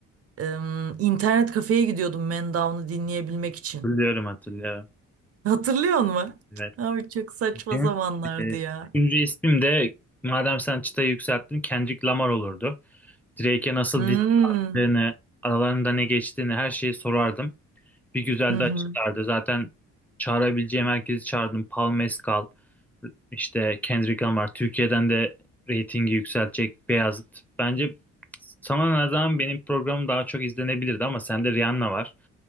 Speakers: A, on the right (about 50°); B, in the centre.
A: Em, internet kafeye gidiyordum Man Down'u dinleyebilmek için.
B: hatırlıyorum hatırlıyorum.
A: <laughs> Hatırlıyor musun?
B: Evet.
A: Abi çok saçma
B: Benim,
A: zamanlardı
B: e,
A: ya.
B: üçüncü ismim de madem sen çıtayı yükselttin Kendrick Lamar olurdu. Drake'e nasıl
A: Hmm.
B: diss attığını, aralarında ne geçtiğini her şeyi sorardım. Bir güzel
A: Hı
B: de
A: hı.
B: açıklardı. Zaten çağırabileceğim herkesi çağırdım. Paul Mescal, işte Kendrick Lamar. Türkiye'den de reytingi yükseltecek Beyazıt. Bence sana ne zaman benim programım daha çok izlenebilirdi ama sende Rihanna var.